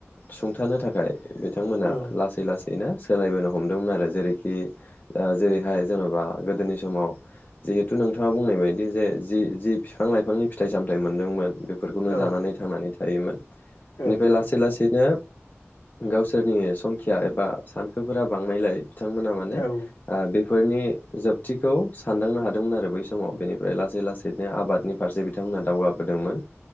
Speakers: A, on the left; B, on the left.
A: सुंथानो थाखाय बिथांमोना
B: औ
A: लासै लासै बिनो सोलायबोनो हमदोंमोन आरो जेरैखि ओ जेरै हाय जेन'बा गोदोनि समाव जिहेथु नोंथाङा बुंनाय बायदि जे जि जि बिफां लाइफांनि फिथाइ सामथाइ मोनदोंमोन बे फोरखौनो
B: औ
A: जानानै थांनानै थायोमोन
B: औ
A: इनिफ्राय
B: नंगौ
A: लासै लासैनो गावसोरनि संखिया एबा सानखोफोरा बांनायलाय बिथांमोना माने
B: औ
A: ओ बे फोरनि जोबथिखौ सानदांनो हादोंमोन आरो बै समाव बेनिफ्राय लासै लासैनो आबादनि फारसे बिथांमोनहा दावगाबोदोंमोन।